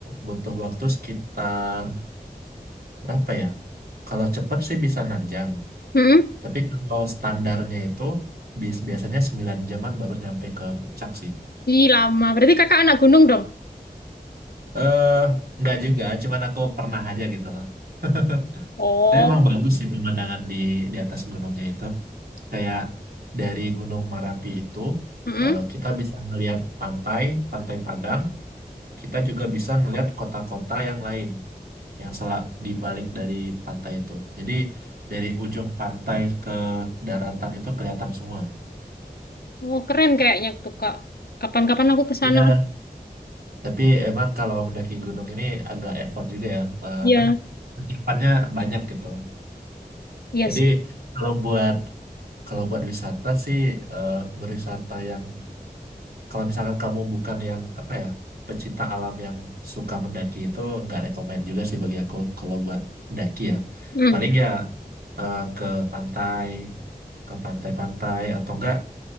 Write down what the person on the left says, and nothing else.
Hmm. hmm.
Ih, lama. Berarti kakak anak gunung dong?
Oh,
Hmm. hmm.
Oh, keren kayaknya tuh kak. Kapan-kapan aku ke
sana
Iya,
iya
sih.
Hmm.